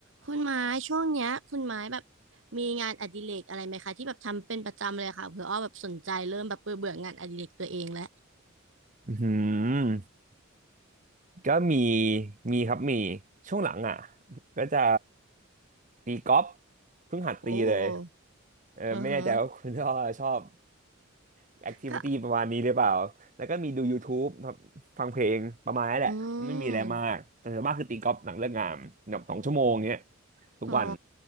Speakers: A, on the right (about 70°); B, on the right (about 40°).
A: คุณไม้ช่วงเนี้ยคุณไม้แบบมีงานอดิเรกอะไรไหมคะที่แบบทำเป็นประจำเลยค่ะเผื่ออ้อแบบสนใจเริ่มแบบเบื่อเบื่องานอดิเรกตัวเองแล้ว
B: อืมก็มีมีครับมีช่วงหลังอ่ะก็จะตีกอล์ฟเพิ่งหัดตีเลย
A: โอ้
B: เออไม่แน่ใจว่าคุณชอบชอบ
A: อือฮะ
B: <laughs> แอคทิวิตี้ประมาณนี้หรือเปล่าแล้วก็มีดู
A: ก็
B: YouTube ครับฟังเพลงประมาณนั้นแหละไม่มีอะไรมากแต่ส่วนมากคือตีกอล์ฟหลังเลิกงานแบบสองชั่วโมงเงี้ย
A: อืม
B: ทุกวัน
A: อ๋อ